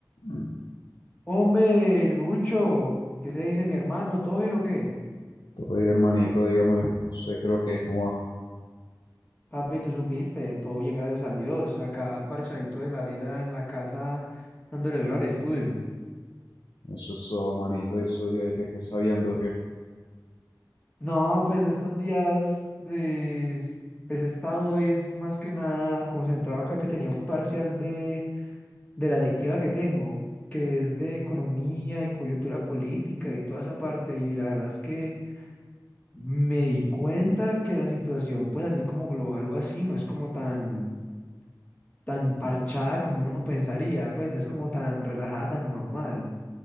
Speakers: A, on the left (about 85°); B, on the left (about 20°).
A: Mm,
B: Hombre, Lucho, ¿qué se dice mi hermano? ¿Todo bien o qué?
A: Todo bien, hermanito, dígame, sé que lo que es como ah,
B: Papi, tú supiste, todo bien, gracias a Dios. Acá parchadito de la vida en la casa, dándole duro al estudio.
A: eso, eso, manito, y eso, Dios, que, que está viendo que
B: No, pues estos días, eh, s- pues he estado es más que nada concentrado acá que tenía un parcial de, de la electiva que tengo, que es de economía y coyuntura política y toda esa parte. Y la verdad es que me di cuenta que la situación, pues así como global o así, no es como tan tan parchada como uno pensaría, pues no es como tan relajada, tan normal,